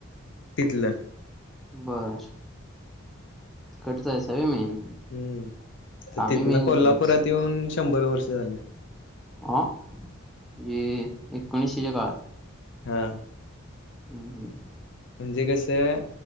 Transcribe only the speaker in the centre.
बर. तिकडच हायसा होय मेन.
आम्ही
मेन
इथलंच
आ? जे एकोणीशेच्या काळात.
हम् हम्म.